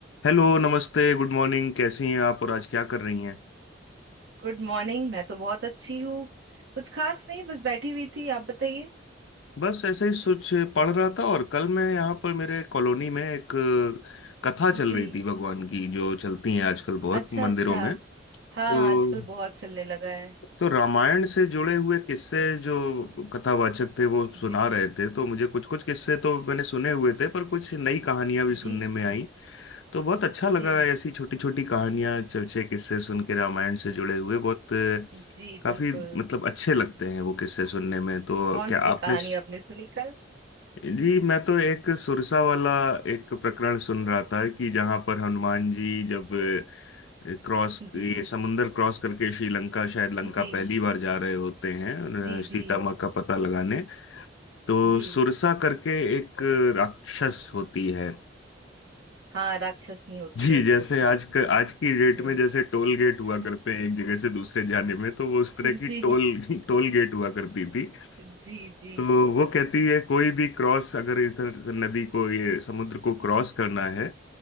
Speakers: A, on the left; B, on the right.
A: हेलो नमस्ते गुड मॉर्निंग कैसी हैं आप और आज क्या कर रही हैं
B: Good morning मैं तो बहुत अच्छी हूँ कुछ खास नहीं बस बैठी हुई थी आप बताइए
A: बस ऐसे ही सोच पढ़ रहा था और कल मैं यहाँ पर मेरे कॉलोनी में एक अ, कथा चल
B: जी
A: रही थी भगवान की जो चलती हैं आजकल बहुत
B: अच्छा
A: मंदिरों
B: अच्छा
A: में
B: हाँ
A: तो
B: आजकल बहुत चलने लगा है
A: तो रामायण से जुड़े हुए किस्से जो कथावाचक थे वो सुना
B: जी
A: रहे थे तो मुझे कुछ कुछ किस्से तो मैंने सुने हुए थे पर कुछ नई कहानियां भी सुनने
B: जी
A: में
B: जी
A: आई तो बहुत अच्छा लगा
B: जी
A: है ऐसी छोटी छोटी कहानियां चलचे किस्से सुन के रामायण से जुड़े हुए बहुत अ,
B: जी
A: काफी
B: बिल्कुल
A: मतलब अच्छे लगते हैं वो किस्से सुनने में तो
B: कौन
A: क्या
B: सी
A: आपने
B: कहानी
A: स-
B: आपने सुनी कल
A: जी मैं तो एक सुरसा वाला एक प्रकरण सुन रहा था कि जहां पर हनुमान जी जब अ, क्रॉस
B: जी
A: ये समुंदर क्रॉस करके श्रीलंका शायद लंका
B: जी
A: पहली बार जा रहे होते हैं
B: जी
A: अ, सीता
B: जी
A: माँ का पता लगाने तो
B: जी
A: सुरसा करके एक राक्षस होती है
B: हाँ राक्षसनी होती
A: जी
B: है एक
A: जैसे
B: सुरसा
A: आज क- आज की डेट
B: जी
A: में जैसे टोल गेट हुआ
B: <laughs>
A: करते हैं एक जगह से दूसरे जाने में तो वो उस तरह
B: जी
A: की टोल <laughs> टोल गेट हुआ करती थी
B: जी जी
A: तो वो कहती है कोई भी क्रॉस अगर इधर से नदी को ये समुद्र को क्रॉस करना है